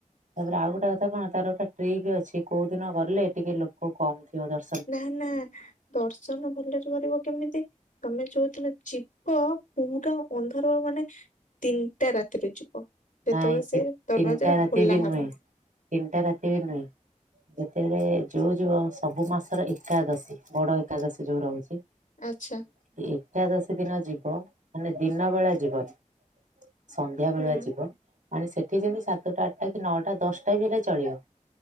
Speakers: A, on the right (about 90°); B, on the left (about 85°).
A: ତାପରେ ଆଉ ଗୋଟେ କଥା କଣ ତାର ଗୋଟେ ଟ୍ରିକ୍ ଅଛି କୋଉ ଦିନ ଗଲେ ଟିକେ ଲୋକ କମ୍ ଥିବ ତାର
B: ନା ନା ଦର୍ଶନ ଭଲରେ କରିବ କେମିତି? ତମେ ଯୋଉଥିଲ ଜୀପ ପୁରା ଅନ୍ଧାର ମାନେ ତିନିଟା ରାତିରେ ଯିବ ଯେତେବେଳେ
A: ନାଇଁ
B: ସେ
A: ତିନିଟା
B: ଦରବାଜା ଟା
A: ରାତି
B: ଖୋଲା
A: ବି ନୁହେଁ
B: ହବ।
A: ତିନିଟା ରାତି ବି ନୁହେଁ। ଯେତେବେଳେ ଯୋଉ ଯୋଉ ସବୁ ମାସର ଏକାଦଶୀ, ବଡ ଏକାଦଶୀ ଯୋଉ ରହୁଛି
B: ଆଚ୍ଛା।
A: ସେଇ ଏକାଦଶୀ ଦିନ ଯିବ, ମାନେ ଦିନ ବେଳା ଯିବନି। ସନ୍ଧ୍ୟାବେଳୁଆ
B: ହୁଁ
A: ଯିବ ମାନେ ସେଠି ଯେମିତି ସାତଟା ଆଠଟା କି ନଅଟା ଦଶଟା ବି ହେଲେ ଚଳିବ।